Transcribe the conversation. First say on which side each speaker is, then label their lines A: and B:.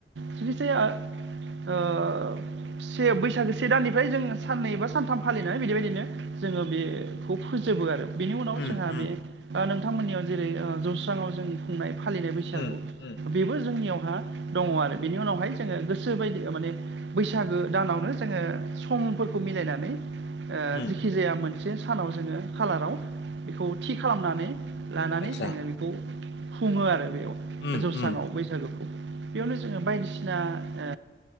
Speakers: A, on the right; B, on the left.
A: जिखि जाया ओ से बैसागो से दाननिफ्राय जों साननै बा सानथाम फालिनानै बिदिबायदिनो जोङो बेखौ फोजोबो आरो। बेनि उनाव
B: उम
A: जोंहा
B: उम
A: बे ओ नोंथांमोननियाव जेरै जौस्राङाव जों खुंनाय फालिनाय बैसागु
B: उम उम
A: बेबो जोंनियावहा दङ' आरो बेनि उनावहाय जोङो गोसो बायदि माने बैसागो दानावनो जोङो समफोरखौ मिलायनानै ओ
B: उम
A: जेखि जाया मोनसे सानाव जोङो खालाराव बेखौ थि खालामनानै लानानै
B: आतसा
A: जोङो बेखौ खुङो आरो बेयाव
B: उम
A: जौस्राङाव
B: उम
A: बैसागुखौ बेयावनो जोङो बायदिसिना ओ